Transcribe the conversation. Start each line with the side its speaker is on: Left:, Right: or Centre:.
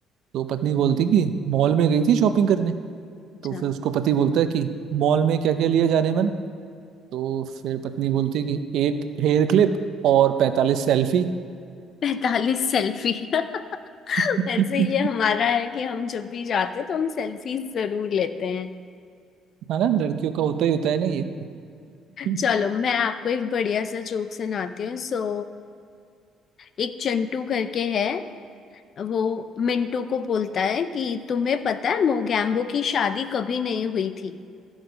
Right: तो पत्नी बोलती कि मॉल में गई थी शॉपिंग करने
Left: अच्छा
Right: तो फिर उसको पति बोलता है कि मॉल में क्या क्या लिया जाने मन तो फिर पत्नी बोलती है कि एक हेयर क्लिप और पैंतालीस सेल्फी
Left: पैतालीस सेल्फी <laughs>
Right: <laughs>
Left: वैसे ये हमारा है कि हम जब भी जाते हैं तो हम सेल्फी जरूर लेते हैं
Right: है ना लड़कियों का होता ही होता है ना ये
Left: चलो
Right: <laughs>
Left: मैं आपको एक बढ़िया सा जोक सुनाती हूँ सो एक चिंटू करके है वो मिंटू को बोलता है कि तुम्हें पता है मोगैम्बो की शादी कभी नहीं हुई थी